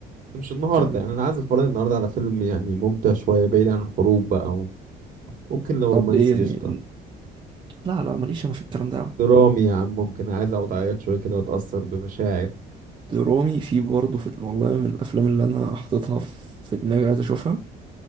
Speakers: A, on the right; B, on the right.
A: مش النهارده
B: كان
A: يعني انا عايز اتفرج النهارده على فيلم يعني ممتع شويه بعيد عن الحروب بقى ممكن لو
B: طب
A: رومانسي
B: إيه يعني
A: قشطة
B: لا لا ماليش أنا في الكلام ده
A: درامي يا عم ممكن عايز اقعد اعيط شوية كده واتأثر بمشاعر
B: درامي في برضه في والله من الافلام اللي انا حاططها في دماغي عايز اشوفها